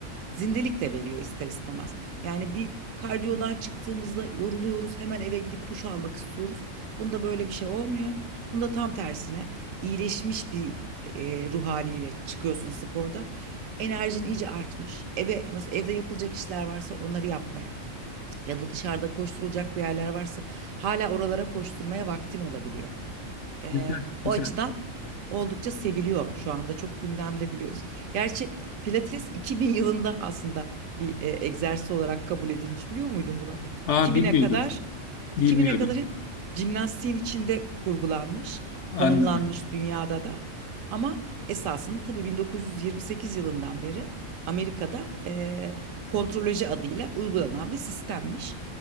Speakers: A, on the right (about 75°); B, on the left (about 65°).
A: Zindelik de veriyor ister istemez. Yani bir kardiyodan çıktığımızda yoruluyoruz, hemen eve gidip duş almak istiyoruz. Bunda böyle bir şey olmuyor. Bunda tam tersine iyileşmiş bir e, ruh haliyle çıkıyorsun spordan. Enerjin iyice artmış. Eve mesela evde yapılacak işler varsa onları yapmaya ya da dışarıda koşturulacak bir yerler varsa hala oralara koşturmaya vaktin olabiliyor. Eee,
B: Güzel,
A: o
B: güzel.
A: açıdan oldukça seviliyor şu anda çok gündemde biliyorsun. Gerçi Pilates <laughs> 2000 yılında aslında bir e, egzersiz olarak kabul edilmiş biliyor muydun bunu?
B: Aa
A: 2000'e
B: bilmiyordum.
A: kadar
B: Bilmiyordum.
A: 2000'e kadar hep jimnastiğin içinde kurgulanmış,
B: Anladım.
A: konumlanmış dünyada da. Ama esasında tabii 1928 yılından beri Amerika'da e, kontroloji adıyla uygulanan bir sistemmiş.